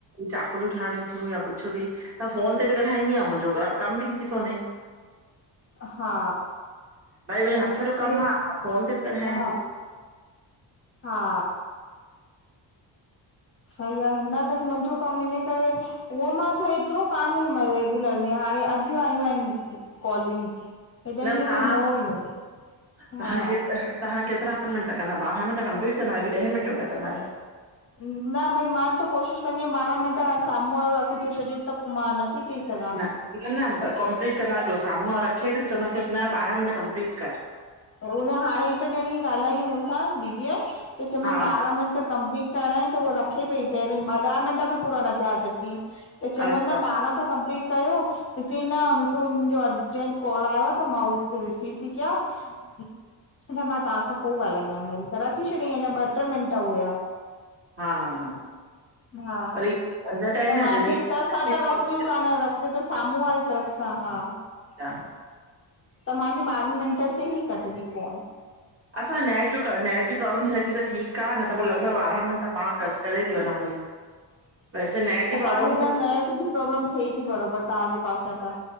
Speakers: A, on the right (about 30°); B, on the left (about 30°).
A: चाकलियूं ठाहिणी थियूं या कुछ बि त फ़ोन ते बि ॻाल्हाईंदी आया मुंजो कम बि थी थो वञे।
B: हा
A: भाई मुंजो हथ जो कम
B: तॾहिं
A: आ, मां फोन ते बि ॻालाया
B: हा
A: थी।
B: हा सही आ, न न वरी मुंजो कम हिन करे उहो मां चयो एतरो कान्हे रेगुलर में हाणे अॼ आयूं हिन कॉलिंग हेॾन ॾींहन
A: त तव्हां
B: में न हुयूं,
A: तव्हां
B: हा।
A: के तव्हां केतिरा? ॾह मिंट कंदायो, ॿारहां मिंट कंप्लीट कंदायो कि ॾहें मिंटे यो कंदायो?
B: न भई मां त कोशिश कंदीयां ॿारहां मिंट साम्हूं वारो रखी तो छॾे त पो मां नथी चई सघां
A: न इअं न कंप्लीट कंदा कयो, साम्हूं वारो रखे बि त चवंदा कयोस न ॿारहां मिंट कंपलीट कर।
B: हुन हाणे हिकु ॼणी ॻाल्हायईं मूंसां दीदीअ त चयोमां
A: हा
B: बारहां मिंट कंप्लीट करणा ईनि त उह रखे पई पहिरियों ई ॿ ॾह मिंट बि पूरा न थियास जबकि, त चयमां
A: अच्छा
B: न बारहां त कंप्लीट कयो, त चईं न मूंखे मुंहिंजो अर्जेट कॉल आयो आ त मां उहो रिसीव ती कियां। न मां तव्हांसां पो ॻाल्हाईंदमि वरी त रखी छॾियईं, अञा ॿ ट्रे मिंट हुया
A: हा
B: हा,
A: पर इहे झंझट आहिनि
B: त
A: न
B: मांजे
A: जॾहिं इमरजेंसी
B: तरफ़ सां त
A: कॉल
B: रखजो
A: हूंदी
B: कान रखजो त साम्हूं वारे तरफ सां, हा।
A: हा <inaudible>
B: त मांजी ॿारहनि मिंटनि ते ई कटजी फोन।
A: असां नेट जो क नेट जी प्रॉब्लम थे ती त ठीकु आ, न त पो लॻभॻि ॿारहं मिंट मां क करे ती वञा पई।
B: हा <inaudible>
A: वैसे नेट जी
B: ऐं तव्हांजे
A: प्रॉब्लम
B: लाइन
A: थिए
B: नेट जी प्रोब्लम थे ती बरोबरि तव्हांजे पासे त